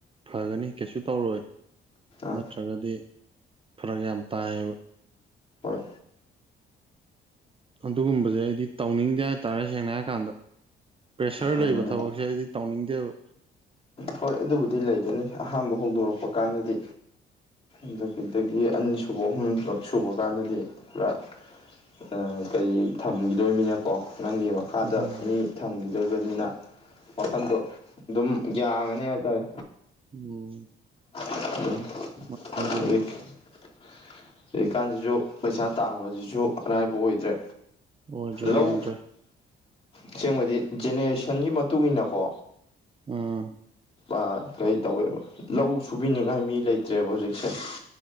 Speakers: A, on the right; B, on the left.
A: ꯐꯒꯅꯤ ꯀꯩꯁꯨ ꯇꯧꯔꯣꯏ
B: ꯑꯥ
A: ꯅꯠꯇ꯭ꯔꯒꯗꯤ ꯐꯔꯛ ꯌꯥꯝ ꯇꯥꯏꯕ
B: ꯍꯣꯏ
A: ꯑꯗꯨꯒꯨꯝꯕꯖꯦ ꯑꯩꯗꯤ ꯇꯧꯅꯤꯡꯗꯦ ꯍꯥꯏꯇꯥꯔꯦ ꯁꯦꯡꯅ ꯍꯥꯏꯔ ꯀꯥꯟꯗ ꯄ꯭ꯔꯦꯁꯔ
B: ꯎꯝ
A: ꯂꯩꯕ ꯊꯕꯛꯁꯦ ꯑꯩꯗꯤ ꯇꯧꯅꯤꯡꯗꯦꯕ
B: ꯍꯣꯏ ꯑꯗꯨꯕꯨꯗꯤ ꯂꯩꯒꯅꯤ ꯑꯍꯥꯟꯕ ꯍꯧꯗꯣꯔꯛꯄ ꯀꯥꯟꯗꯗꯤ ꯑꯗꯨꯒꯤꯗꯒꯤ ꯑꯅꯤꯁꯨꯨꯕ ꯑꯍꯨꯝ ꯄꯨꯂꯞ ꯁꯨꯕ ꯀꯥꯟꯗꯗꯤ ꯄꯨꯔꯥ ꯑ ꯀꯔꯤ ꯊꯝꯒꯤꯗꯣꯏꯃꯤꯅ ꯀꯣ ꯅꯪꯒꯤ ꯃꯥ ꯈꯥꯗ
A: ꯎꯝ
B: ꯃꯤ ꯊꯝꯒꯤꯗꯣꯕꯅꯤꯅ ꯋꯥꯈꯟꯗꯣ ꯑꯗꯨꯝ ꯌꯥꯉꯅꯤ ꯍꯥꯏꯇꯥꯔꯦ
A: ꯎꯝ
B: <unintelligible>
A: ꯃꯥꯅꯦ, ꯑꯗꯨꯕꯨꯗꯤ
B: ꯍꯧꯖꯤꯛꯀꯥꯟꯖꯤꯖꯨ ꯄꯩꯁꯥ ꯇꯥꯡꯕꯁꯖꯤꯁꯨ ꯑꯔꯥꯏꯕ ꯑꯣꯏꯗ꯭ꯔꯦ
A: ꯑꯣꯏꯗ꯭ꯔꯦ
B: ꯂꯧ
A: ꯑꯣꯏꯗ꯭ꯔꯦ
B: ꯑꯁꯦꯡꯕꯗꯤ ꯖꯦꯅꯦꯔꯦꯁꯟꯒꯤ ꯃꯇꯨꯡꯏꯟꯅꯀꯣ
A: ꯎꯝ
B: ꯑ ꯀꯩ ꯇꯧꯋꯦꯕ ꯂꯧ ꯁꯨꯕꯤꯅꯤꯡꯉꯥꯏ ꯃꯤ ꯂꯩꯇ꯭ꯔꯦꯕ ꯍꯧꯖꯤꯛ ꯁꯦꯁ